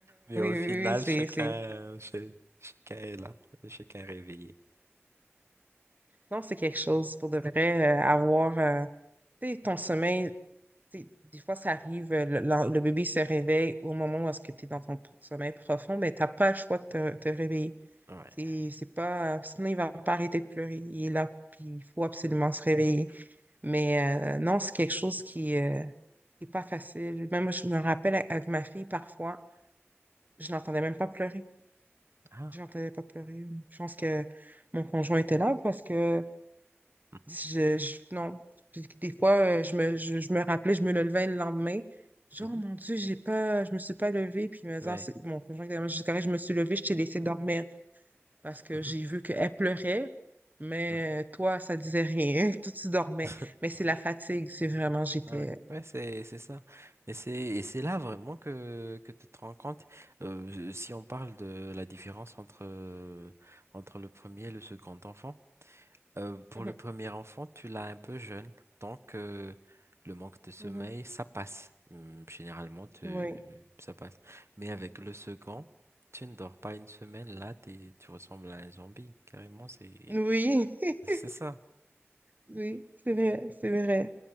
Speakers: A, on the right; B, on the right.
A: Mais au final
B: oui, oui, c'est,
A: chacun
B: c'est.
A: euh, ch- chacun est là, chacun est réveillé.
B: Non, c'est quelque chose pour de vrai, euh, avoir euh, tu sais, ton sommeil. tu sais, Des fois, ça arrive, euh, le, le- le bébé se réveille au moment où est-ce que tu es dans ton p- sommeil profond, mais t'as pas le choix de te, te réveiller.
A: Ouais.
B: C'est c'est pas, euh, sinon, il va pas arrêter de pleurer. Il est là, puis il faut absolument se réveiller. Mais euh, non, c'est quelque chose qui euh, qui est pas facile. Même moi, je me rappelle a- avec ma fille, parfois, je n'entendais même pas pleurer.
A: Ah.
B: Je n'entendais pas pleurer. Je pense que mon conjoint était là parce que.
A: mhm,
B: Si Je, je- non. Puis Des fois, euh, je me, je, je me rappelais, je me levais le lendemain. Genre,
A: mhm.
B: oh mon Dieu, j'ai pas, je me suis pas levée. Puis mes
A: Ouais.
B: heures, c'est- mon conjoint était vraiment, je dis, correct, je me suis levée, je t'ai laissé dormir parce que
A: mhm,
B: j'ai vu qu'elle pleurait, mais
A: mhm.
B: euh, toi, ça disait rien. <laughs> Toi, tu dormais.
A: <laughs>
B: Mais c'est la fatigue, c'est vraiment, j'étais.
A: Ouais, ouais, Ouais, c'est c'est ça. Et c'est et c'est là vraiment que que tu te rends compte euh, si on parle de la différence entre euh, entre le premier et le second enfant. Euh, pour
B: Mhm,
A: le premier enfant, tu l'as un peu jeune, donc euh, le manque de sommeil,
B: mhm.
A: ça passe. Hum, Généralement, tu-
B: Oui.
A: ça passe. Mais avec le second, tu ne dors pas une semaine, là, t'es- tu ressembles à un zombie. Carrément, c'est
B: Oui.
A: c'est
B: <laughs>
A: ça.
B: Oui, c'est vrai, c'est vrai.